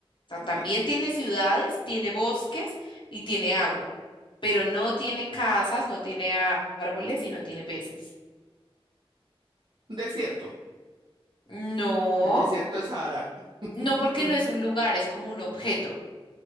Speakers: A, on the left; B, on the right.
A: O sea,
B: ¿Qué
A: también
B: tiene?
A: tiene ciudades, tiene bosques y tiene agua, pero no tiene casas, no tiene á- árboles y no tiene peces.
B: Un desierto.
A: No.
B: El desierto es Sahara.
A: No porque
B: Mm.
A: no es un lugar, es como un objeto.